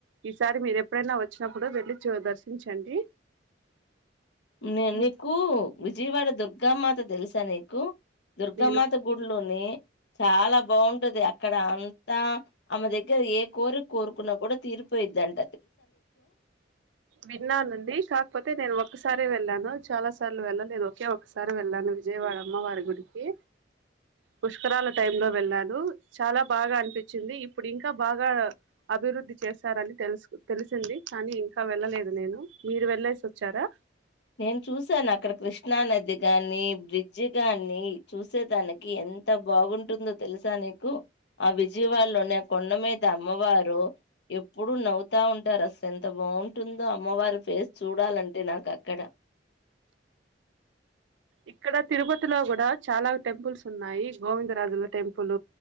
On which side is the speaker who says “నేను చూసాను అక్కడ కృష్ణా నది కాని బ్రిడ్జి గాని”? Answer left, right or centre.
Left